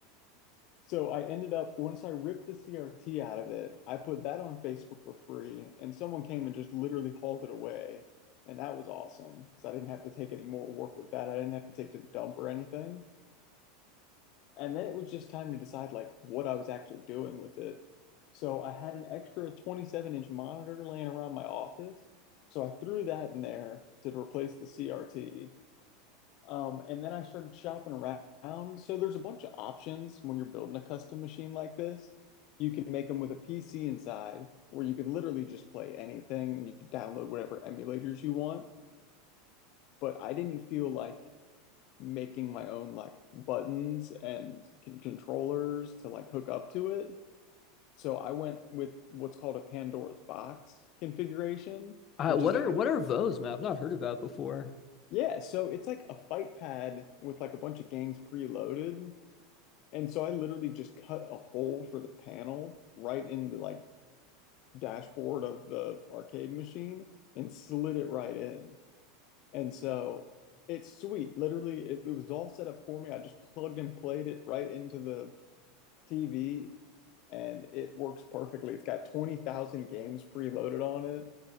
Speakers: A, on the left; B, on the left.
A: So I ended up, once I ripped the CRT out of it, I put that on Facebook for free, and someone came and just literally hauled it away. And that was awesome because I didn't have to take any more work with that. I didn't have to take to the dump or anything. And then it was just time to decide like what I was actually doing with it. So I had an extra 27 inch monitor laying around my office. So I threw that in there to replace the CRT. Um, and then I started shopping around. So there's a bunch of options when you're building a custom machine like this. You can make them with a PC inside, where you can literally just play anything and you can download whatever emulators you want. But I didn't feel like making my own like buttons and con- controllers to like hook up to it. So I went with what's called a Pandora's box configuration,
B: Uh,
A: which
B: what
A: is like,
B: are what are Vos, man? I've not heard of that before.
A: yeah, so it's like a fight pad with like a bunch of games preloaded And so I literally just cut a hole for the panel right in the like dashboard of the arcade machine and slid it right in. And so it's sweet. Literally, it, it was all set up for me. I just plugged and played it right into the TV and it works perfectly. It's got 20,000 games preloaded on it